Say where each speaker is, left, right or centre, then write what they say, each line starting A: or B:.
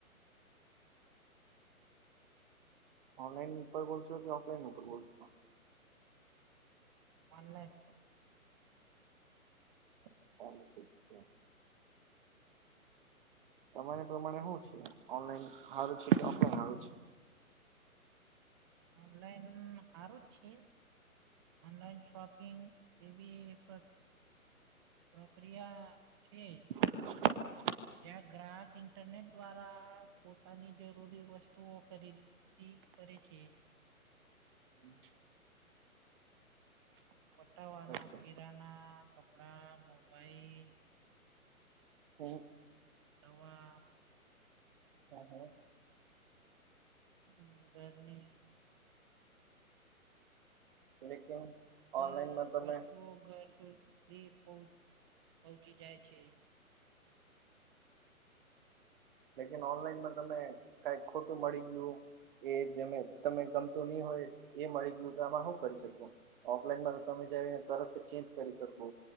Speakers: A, on the right; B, on the right.
A: ઓનલાઈન ઉપર બોલશો કે ઓફલાઈન ઉપર બોલશો?
B: ઓનલાઈ ઉપર. <inaudible>
A: ચાલો ઠીક છે તમારે પ્રમાણે હું છે? ઓનલાઈન હારું છે કે ઓફલાઈન હારું છે?
B: ઓનલાઈન હારું જ છે. ઓનલાઈન શોપિંગ એવી પ્ર પ્રક્રિયા છે જ.
A: <inaudible>
B: જ્યાં ગ્રાહક ઇન્ટરનેટ દ્વારા પોતાની જરૂરી વસ્તુઓ ખરીદી કરે છે.
A: હમ્મ.
B: <unintelligible>
A: ઓકે.
B: કિરાના, કપડા, મોબાઈલ
A: હમ્મ.
B: દવા
A: હમ્મ-હમ્મ.
B: હમ્મ. ઘરની <unintelligible>
A: લેકિન ઓનલાઈનમાં
B: <unintelligible>
A: તમે
B: વસ્તુઓ <unintelligible> ધી પહોંચ પહોંચી જાય છે. <inaudible>
A: લેકિન ઓનલાઈનમાં તમે કાંઈક ખોટું મળી ગયું એ જેમે તમે ગમતું નહીં હોય એ મળી ગયું તો હેમાં હું કરી શકો? ઓફલાઈનમાં તો તમે જઈને તરત ચેન્જ કરી શકો.